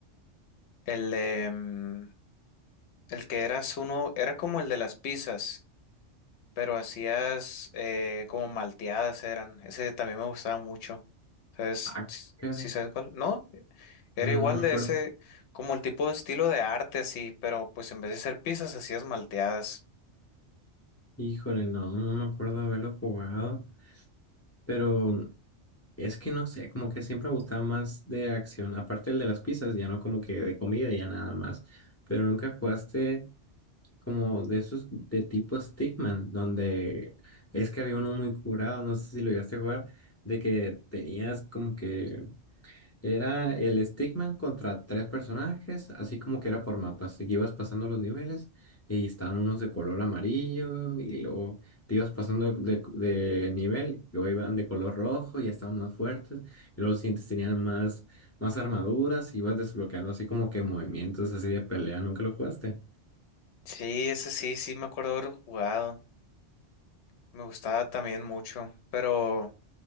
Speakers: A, on the left; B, on the left.
A: el, em, el que eras uno, era como el de las pizzas. pero hacías eh, como malteadas eran. Ese también me gustaba mucho. ¿Sabes?
B: Ah,
A: s-
B: caray.
A: ¿Sí sabes cuál? No, era
B: No,
A: igual
B: no me acuerdo.
A: de ese, como el tipo de estilo de arte así, pero pues en vez de hacer pizzas hacías malteadas.
B: Híjole, no, no me acuerdo de haberlo jugado. Pero es que no sé, como que siempre me gustaba más de acción. Aparte el de las pizzas, ya no como que de comida, ya nada más. Pero nunca jugaste. como de esos de tipo Stickman, donde es que había uno muy curado, no sé si lo llegaste a jugar, de que tenías como que era el Stickman contra tres personajes, así como que era por mapas, y que ibas pasando los niveles y estaban unos de color amarillo y luego te ibas pasando de, de nivel, luego iban de color rojo y ya estaban más fuertes, y luego los siguientes tenían más, más armaduras y ibas desbloqueando así como que movimientos así de pelea, ¿nunca lo jugaste?
A: Sí, ese sí, sí me acuerdo haber jugado. Me gustaba también mucho, pero